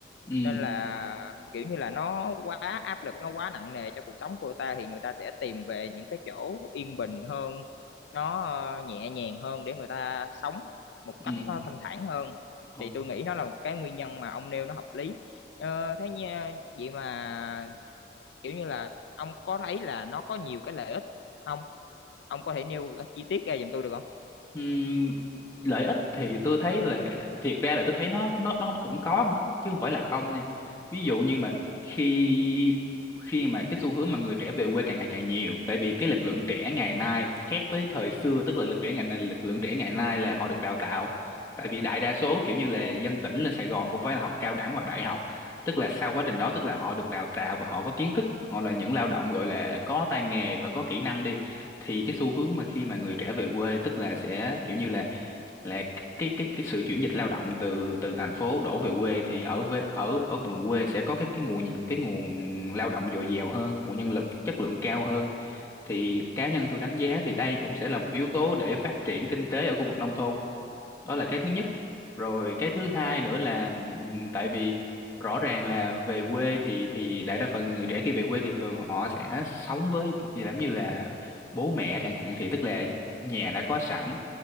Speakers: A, on the left; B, on the left.
A: ừ
B: nên là kiểu như là nó quá áp lực nó quá nặng nề cho cuộc sống của người ta thì người ta sẽ tìm về những cái chỗ yên bình hơn nó ờ, nhẹ nhàng hơn để người ta sống một
A: ừ
B: cách nó thanh thản hơn
A: ok
B: thì tôi nghĩ nó là một cái nguyên nhân mà ông nêu nó hợp lý Ờ, thế như, vậy mà kiểu như là ông có thấy là nó có nhiều cái lợi ích không ông có thể nêu chi tiết ra giùm tôi được không
A: Ừm, lợi ích thì tôi thấy là thiệt ra là tôi thấy nó nó nó nó cũng có không chứ không phải là không nha ví dụ như mà khi khi mà cái xu hướng mà người trẻ về quê càng ngày càng nhiều tại vì cái lực lượng trẻ ngày nay khác với thời xưa tức là lực trẻ ngày nay lực lượng trẻ ngày nay là họ được đào tạo tại vì đại đa số kiểu như là dân tỉnh lên Sài Gòn cũng phải là học cao đẳng hoặc đại học tức là sau quá trình đó tức là họ được đào tạo và họ có kiến thức họ là những lao động gọi là có tay nghề và có kỹ năng đi thì cái xu hướng mà khi mà người trẻ về quê tức là sẽ kiểu như là là cái cái cái sự chuyển dịch lao động từ từ thành phố đổ về quê thì ở về ở ở vùng quê sẽ có cái cái nguồn những cái nguồn lao động dồi dào hơn nguồn nhân lực chất lượng cao hơn thì cá nhân tôi đánh giá thì đây cũng sẽ là một yếu tố để phát triển kinh tế ở khu vực nông thôn đó là cái thứ nhất rồi cái thứ hai nữa là ừm, tại vì rõ ràng là về quê thì thì đại đa phần người trẻ khi về quê thì thường họ sẽ sống với gì lắm như là bố mẹ chẳng hạn thì tức là nhà đã có sẵn